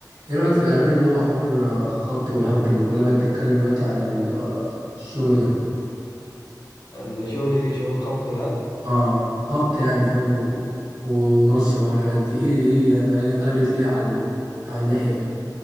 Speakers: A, on the right (about 80°); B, on the left (about 75°).
A: ايه رايك في الاغاني اللي هو حوار آه، خبط والهبد اللي كلها بقت تتكلم دلوقتي عن ال- آه، الشغل ده
B: الشغل ايه شغل الخبط والهبد
A: اه خبط يعني فاهم و- ونص بقى والحاجات دي ايه ليه يعني الاغاني اتقلبت ليه على ال- على الناحيه دي